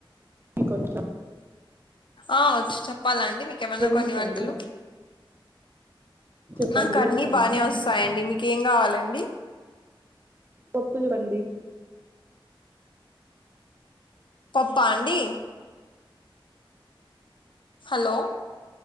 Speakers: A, on the right; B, on the left.
A: నికోటి
B: ఆ వాచ్ చెప్పాలా అండి మీకేమన్నా
A: ఏమొచ్చండి
B: కొన్ని వంటలు
A: చెప్పండి
B: నాకన్నీ
A: కొన్ని
B: బాగానే వస్సాయండి
A: మేము నేర్చుకుంటాం
B: మీకేం గావాలండి
A: పప్పుందండి
B: పప్పా అండి హలో